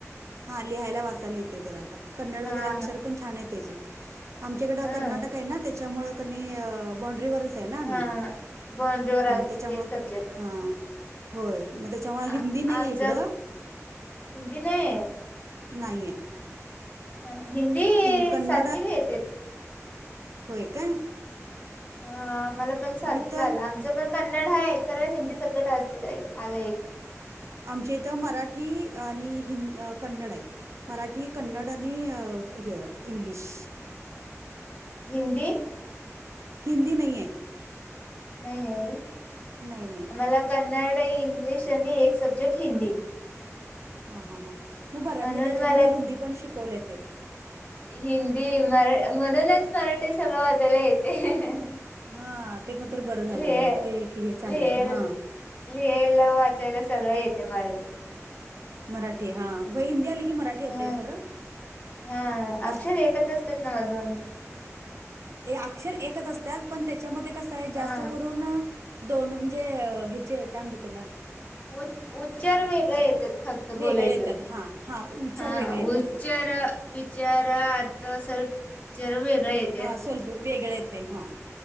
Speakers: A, on the right; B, on the left.
A: हा लिहायला वाचायला येतय त्याला आता कन्नड
B: हा
A: वगैरे अक्षर
B: हा
A: पण छान आहे त्याची आमच्याकडं कर्नाटक
B: हा
A: आहे ना त्याच्यामुळ कनी बाॉ्ड्रीवरच आम्ही
B: हा बंडवर असते
A: त्याच्यामुळं
B: तेच सब्जेक्ट
A: होय त्याच्यामुळे
B: आ
A: हिंदी नाही
B: आमच्या
A: आहे इकडं
B: हिंदी नाही आहे
A: नाही आहे
B: ह हिंदी
A: इंग कन्नड
B: सातवीला येते
A: होय का
B: अ आम्हाला पण सातवी
A: इथं
B: ला आलं आमचं पण कन्नड हा खरं हिंदी सब्जेक्ट असते आला एक
A: आमच्या इथं मराठी आणि हि कन्नड आहे मराठी कन्नड आणि इंग्लिश
B: हिंदी
A: हिंदी नाहीये
B: नाही आहे
A: नाही नाही
B: मला कन्नड इंग्लिश आणि एक सब्जेक्ट हिंदी
A: हा हा हा मग बरं
B: म्हणून
A: म्हणजे त्याच्यामध्ये
B: मला
A: हिंदी पण शिकवले ते
B: हिंदी मरा म्हणूनच मराठी सगळं वाजायला येते
A: हा ते मग तर बरं झालं
B: लिह
A: मग ते क हे चांगलं
B: लिह
A: आहेत हा
B: लिहायला वाचायला सगळं येते मराठी
A: मराठी हा व हिंदी आली की मराठी य
B: हा
A: खरं
B: हा
A: ते मग
B: अक्षर
A: आहे
B: एकच ना म दोन
A: अक्षर एकच असतात पण त्याच्यामध्ये कसं आहे जास्त
B: हा
A: करून दोन म्हणजे ह्याचे काम देतला
B: उच उच्चार वेगळे येतात फक्त बोलायचं
A: वेगळे येतात हा हा उच्चार
B: हा
A: वेगळे येतात
B: उच्चार
A: फक्त
B: जरा अर्थ स् जर वेगळा येत
A: हा सोलपूर वेगळे येते हां